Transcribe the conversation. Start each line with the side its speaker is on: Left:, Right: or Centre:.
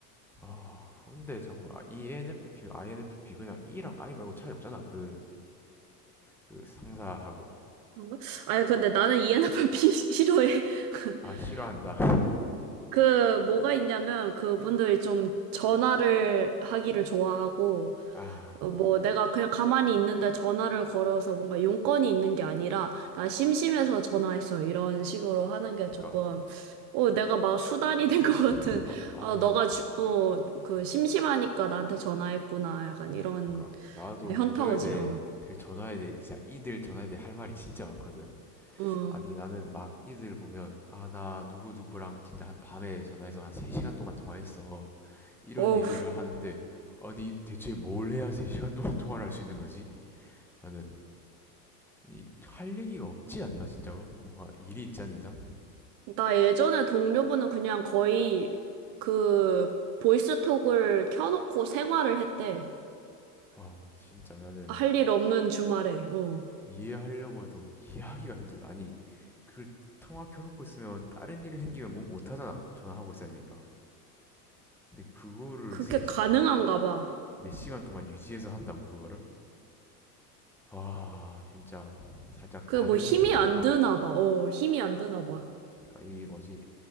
Centre: 아, 근데 잠깐만. 아, ENFP, INFP 그냥 E랑 I 말고 차이 없잖아. 그, 그 상사하고.
Right: 그런가? 아니 근데 나는 ENFP 싫어해. <laughs>
Centre: 아, 싫어한다.
Right: 그 뭐가 있냐면 그분들이 좀 전화를 하기를 좋아하고
Centre: 아,
Right: 어, 뭐 내가 그냥 가만히 있는데 전화를 걸어서 뭔가 용건이 있는 게 아니라 나 심심해서 전화했어 이런 식으로 하는 게
Centre: 그니까,
Right: 조금 어 내가 막 수단이 된 것
Centre: 그니까,
Right: 같은
Centre: 아,
Right: 아 너가 주, 어, 그 심심하니까 나한테 전화했구나 약간 이런
Centre: 그니까 나도
Right: 현타오지
Centre: 그거에 대해
Right: 어.
Centre: 그 전화에 대해 진짜 이들 전화에 대해 할 말이 진짜 많거든.
Right: 어.
Centre: 아니 나는 막 이들 보면 아, 나 누구 누구랑 진짜 한 밤에 전화해서 한 3시간 동안 통화했어. 이런
Right: 어우
Centre: 얘기를 하는데 아니 대체 뭘 해야 3시간 동안 통화를 할 수 있는 거지? 라는 이, 할 얘기가 없지 않나 진짜로? 뭐가 일이 있지 않은 이상?
Right: 나 예전에 동료분은 그냥 거의 그 보이스톡을 켜놓고 생활을 했대
Centre: 와 진짜 나는
Right: 할 일 없는 주말에 어
Centre: 이해하려고도 이해하기가 힘들다. 아니 그 통화 켜놓고 있으면 다른 일이 생기면 뭐 못하잖아. 전화하고 있어야 되니까. 근데 그거를
Right: 그게
Centre: 세 시,
Right: 가능한가 봐.
Centre: 몇 시간 동안 유지해서 한다고 그거를? 와 진짜 살짝
Right: 그
Centre: 다른
Right: 뭐 힘이 안
Centre: 어,
Right: 드나 봐. 어, 힘이 안 드나 봐.
Centre: 그러니까 이 뭐지